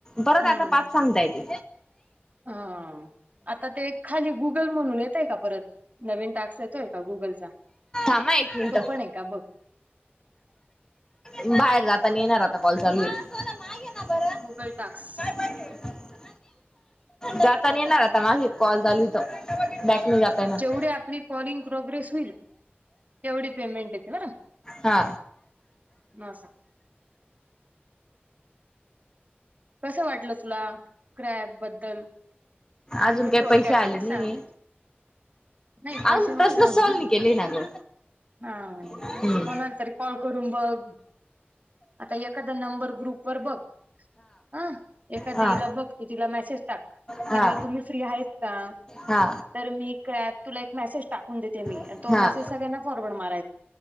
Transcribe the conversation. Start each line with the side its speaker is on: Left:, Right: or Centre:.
Left: परत
Right: हम्म
Left: आता पाच सांगताय ते.
Right: हा. आता ते खाली गुगल म्हणून येतंय का परत, नवीन टास्क येतोय का गुगलचा.
Left: थांबा एक मिनिट
Right: तो पण आहे का बघ
Left: <unintelligible> बाहेर जाते. कॉल चालू, <unintelligible>
Right: गुगल टास्क
Left: जाता येणार आता माही कॉल चालू इथं. बॅकने जाता येणार
Right: जेवढे आपले कॉलिंग प्रोग्रेस होईल. तेवढी पेमेंट येते बरं
Left: हा
Right: म, कसं वाटलं तुला क्रॅप बद्दल,
Left: अजून
Right: तुझ्या
Left: काही
Right: थोडक्यात
Left: पैसे आले नाहीये
Right: सांग. नाही पैसे
Left: अजून
Right: नको
Left: प्रश्न
Right: सांगू,
Left: सॉल्व नाही केले ना ग
Right: हा
Left: हम्म
Right: कोणाला तरी कॉल करून बघ. आता एखादा नंबर ग्रुप वर बघ. हा एखादी
Left: हा
Right: तिला बघतो तिला मेसेज टाक
Left: हा
Right: कि मी तुम्ही फ्री आहेत का?
Left: हा
Right: तर मी क्रॅ तुला एक मेसेज टाकून देते मी
Left: हा
Right: तो मेसेज सगळ्यांना फॉरवर्ड मार,